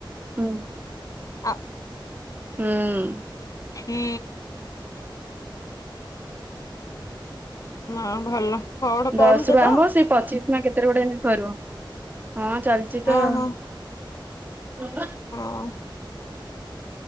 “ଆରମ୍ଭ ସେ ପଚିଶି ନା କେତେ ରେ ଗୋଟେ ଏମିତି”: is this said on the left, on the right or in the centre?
Right